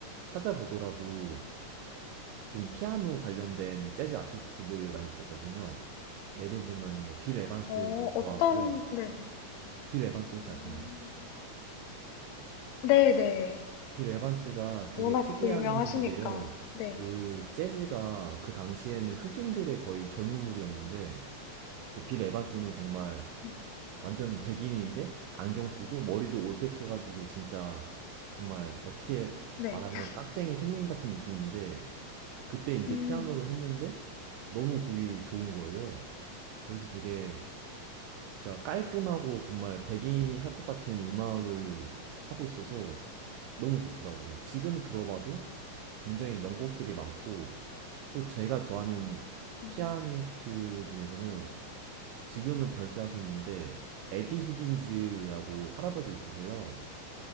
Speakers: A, on the right; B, on the left.
A: 찾아보더라도 좀 피아노 관련된 재즈 아티스트들을 많이 들었거든요. 예를 들면은 뭐 빌 에반스도
B: 어,
A: 좋아하고요.
B: 어떤, 네네.
A: 빌 에반스
B: 음,
A: 혹시 아시나요?
B: 네네.
A: 빌 에반스가 되게
B: 워낙
A: 특이한
B: 또 유명하시니까.
A: 게요.
B: 네,
A: 그 재즈가 그 당시에는 흑인들의 거의 전유물이었는데 근데 빌 에반스는 정말
B: 음,
A: 완전 백인인데 안경 쓰고 머리도 올백해가지고 진짜 정말 어떻게
B: 네.
A: 말하면
B: <laughs>
A: 깍쟁이 샘님 같은 느낌인데 그때 이제
B: 음,
A: 피아노를 했는데 너무 곡이 좋은 거예요. 그래서 되게
B: 어,
A: 진짜 깔끔하고 정말 백인이 할 것 같은 음악을 하고 있어서 너무 좋더라고요. 지금 들어봐도 굉장히 명곡들이 많고 또 제가 좋아하는
B: 음.
A: 피아니스트 중에서는 지금은 별세하셨는데 에디 히긴즈라고 할아버지 있으세요.